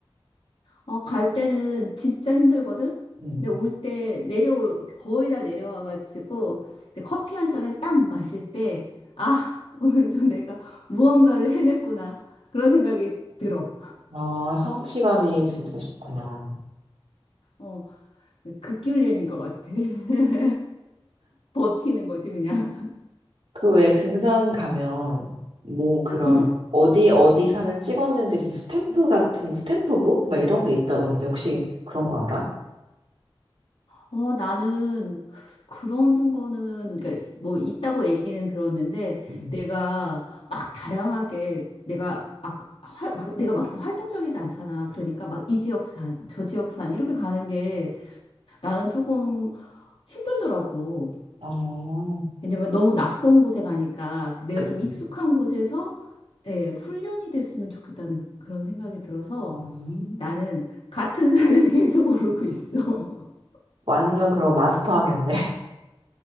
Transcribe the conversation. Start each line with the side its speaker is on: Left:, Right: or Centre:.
Left: 어, 갈 때는 진짜 힘들거든?
Right: 음.
Left: 근데 올 때 내려올, 거의 다 내려와가지고, 이제 커피 한 잔을 딱 마실 때, 아, <laughs> 오늘도 내가 무언가를 해냈구나. 그런 생각이 들어.
Right: 아, 성취감이 진짜 좋구나.
Left: 어, 극기훈련인 것 같아. <laughs> 버티는 거지, 그냥.
Right: 그 외에 등산 가면 뭐 그런
Left: 응.
Right: 어디 어디 산을 찍었는지 무슨 스탬프 같은 스탬프북 막 이런 게 있다던데 혹시 그런 거 알아?
Left: 어, 나는 그런 거는, 그러니까 뭐 있다고 얘기는 들었는데,
Right: 음.
Left: 내가 막 다양하게, 내가, 아, 화, 막, 내가 막 이렇게 활동적이지 않잖아. 그러니까 막 이 지역산, 저 지역산, 이렇게 가는 게 나는 조금 힘들더라고.
Right: 어,
Left: 왜냐면 너무 낯선 곳에 가니까 그 내가
Right: 그치.
Left: 좀 익숙한 곳에서 예, 훈련이 됐으면 좋겠다는 그런 생각이 들어서
Right: 음.
Left: 나는 같은 산을 <laughs> 계속 오르고 있어. <laughs>
Right: 완전 그런 마스터 하겠네. <laughs>